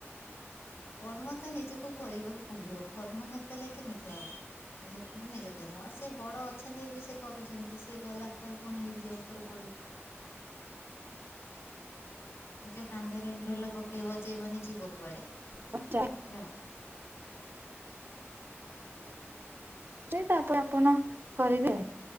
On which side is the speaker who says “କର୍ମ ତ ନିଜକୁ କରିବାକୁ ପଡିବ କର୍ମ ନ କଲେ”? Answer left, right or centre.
Left